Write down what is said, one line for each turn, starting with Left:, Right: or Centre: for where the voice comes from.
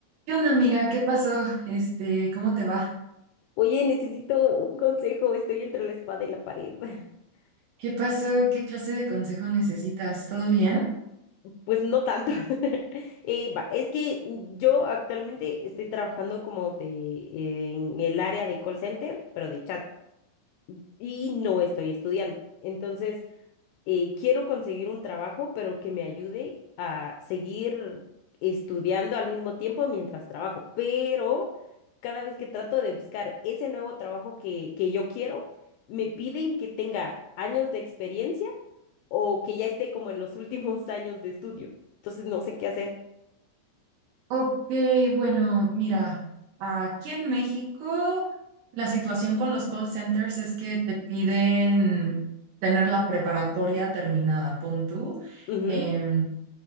Right: ¿Qué onda, amiga? ¿Qué pasó? Este, ¿cómo te va?
Left: Oye, necesito un consejo, estoy entre la espada y la pared. <laughs>
Right: ¿Qué pasó? ¿Qué clase de consejo necesitas? ¿Todo bien?
Left: Ma- Pues no tanto. <laughs> Eh, va, es que yo actualmente estoy trabajando como de, en el área de call center, pero de chat, y no estoy estudiando. Entonces, eh, quiero conseguir un trabajo, pero que me ayude a seguir estudiando al mismo tiempo mientras trabajo. Pero cada vez que trato de buscar ese nuevo trabajo que, que yo quiero, me piden que tenga años de experiencia o que ya esté como en los <laughs> últimos años de estudio. Entonces no sé qué hacer.
Right: Ok, bueno, mira, aquí en México la situación con los call centers es que te piden tener la preparatoria terminada, pon tú,
Left: Ujú,
Right: em,